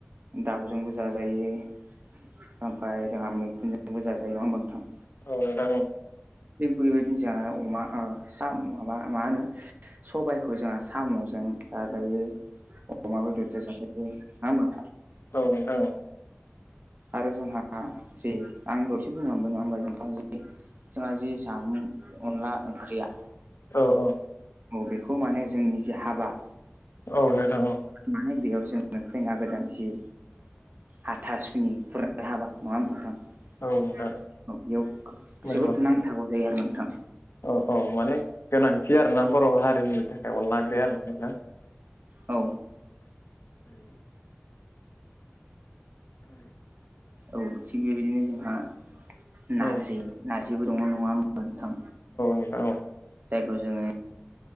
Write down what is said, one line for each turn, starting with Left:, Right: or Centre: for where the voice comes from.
Right: दाउजोंबो जाजायो ओमफफ्राय जोंहा मैखुनजोंबो जाजायो नङा हबा नोंथां
Left: औ नोंथां औ
Right: थिग बेबायदिनो जों अमा माबा मा होनो सबायखौ जोंहा साम'जों लाजायो <unintelligible>
Left: औ नोंथां औ
Right: आरो जोंहा जे आं दसे बुंलांबाय नङा होमबा जोंथां जि जा जि जामुं अनला ओंख्रिया
Left: औ औ
Right: बेेखौ माने जोंनि जे हाबा
Left: औ नोंथां औ
Right: होननानै बेयाव जोंनो फैना गोदान जि हाथा सुनि खुरनो हाबा नङा होनबथां
Left: औ नोंथां
Right: बेयाव
Left: नंगौ
Right: जोबोद नांथाबौ जायो आरो नोंथां
Left: औ औ माने गोनांथि आरोना बर' हारिनि थाखाय अनलांग्राया आरो
Right: औ औ थिग बेबायदिनो जोंहा नारजि
Left: आरो
Right: नारजिबो दङ नङा मोनथां
Left: नोंथां औ
Right: जायखौ जोङो